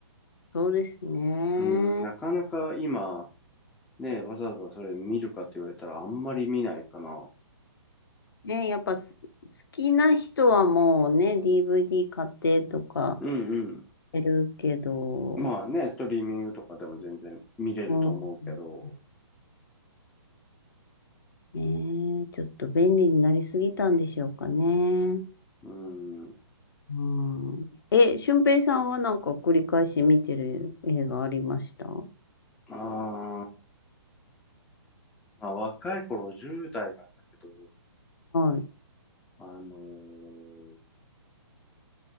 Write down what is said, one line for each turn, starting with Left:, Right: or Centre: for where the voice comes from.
Left: そうですね。
Centre: うん、なかなか今、ね、わざわざそれ見るかって言われたらあんまり見ないかな。
Left: ね、やっぱす好きな人はもうね、DVD 買ってとか
Centre: うんうん。
Left: やるけど、
Centre: まあね、ストリーミングとかでも全然見れると思うけど、
Left: うん、ねえ、ちょっと便利になりすぎたんでしょうかね。
Centre: うん。
Left: うん。え、俊平さんはなんか繰り返し見てる映画ありましたは
Centre: あーまあ、若い頃10代なんだけど、
Left: い。
Centre: あのー